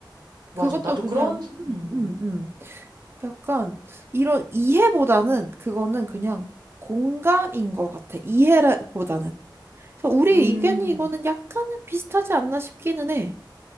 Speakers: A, on the right; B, on the right.
A: 맞아.
B: 그것도
A: 나도
B: 그냥,
A: 그런,
B: 음,
A: 음,
B: 음, 음. 약간 이런 이해보다는 그거는 그냥 공감인 것 같아. 이해보다는. 그래서 우리
A: 음.
B: 의견이 이거는 약간은 비슷하지 않나 싶기는 해.